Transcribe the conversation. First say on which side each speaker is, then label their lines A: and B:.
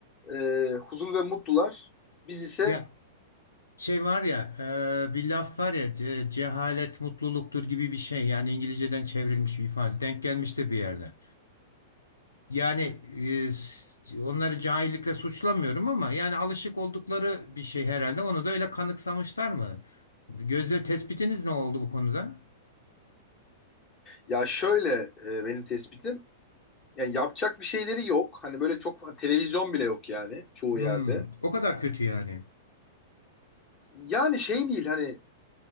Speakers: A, on the left (about 25°); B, on the left (about 80°).
A: e, huzur ve mutlular. Biz ise
B: Ya Şey var ya, e, bir laf var ya, ce- cehalet mutluluktur gibi bir şey. Yani İngilizceden çevrilmiş bir ifade. Denk gelmiştir bir yerde. Yani e, s- onları cahillikle suçlamıyorum ama yani alışık oldukları bir şey herhalde. Onu da öyle kanıksamışlar mı? Gözle tespitiniz ne oldu bu konuda?
A: ya şöyle e, benim tespitim yani yapacak bir şeyleri yok. Hani böyle çok televizyon bile yok yani çoğu
B: Hmm,
A: yerde.
B: o kadar kötü yani.
A: Yani şey değil hani